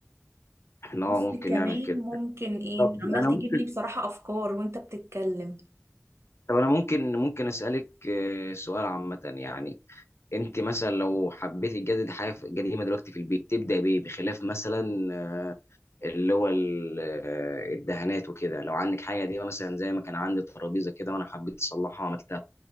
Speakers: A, on the left; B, on the right.
A: احنا
B: بص
A: آه، ممكن
B: كمان
A: نعمل كده
B: ممكن ايه
A: طب
B: عمال
A: انا
B: تجيب
A: ممكن
B: لي بصراحة افكار وانت بتتكلم
A: طب انا ممكن ممكن اسالك آه، سؤال عامه يعني انت مثلا لو حبيتي تجدد حاجه في- قديمه دلوقتي في البيت تبدا بايه بخلاف مثلا آه، اللي هو ال- آه، الدهانات وكده لو عندك حاجه قديمه مثلا زي ما كان عندي ترابيزه كده وانا حبيت اصلحها وعملتها